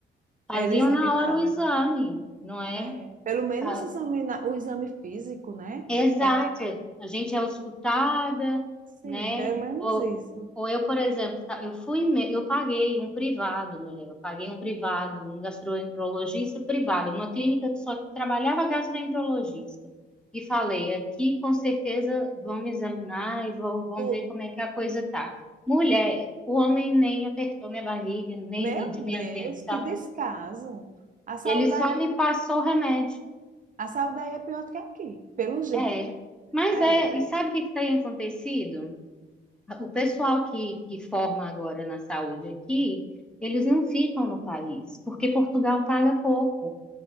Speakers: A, in the centre; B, on the right.
A: Faziam
B: Era examinada.
A: na hora o exame, não é?
B: É, pelo menos
A: Tá-
B: examinar o exame físico, né?
A: Exato.
B: É,
A: A gente é auscultada,
B: sim,
A: né?
B: pelo menos
A: Ou,
B: isso.
A: ou eu, por exemplo, tá- eu fui, me- eu paguei um privado, mulher, eu paguei um privado, um gastroenterologista privado, uma clínica que só trabalhava gastroenterologista. E falei, aqui com certeza vão me examinar e vão, vão
B: Tu-
A: ver como é que a coisa tá. Mulher, o homem nem apertou minha barriga, nem
B: meu
A: mediu minha
B: Deus,
A: atenção.
B: que descaso. A saúde,
A: Ele só
B: aí-
A: me passou o remédio.
B: a saúde aí é pior do que aqui, pelo jeito.
A: É, mas
B: É.
A: é,
B: é.
A: e sabe o que que tem acontecido? O pessoal que, que forma agora na saúde aqui, eles não ficam no país, porque Portugal paga pouco,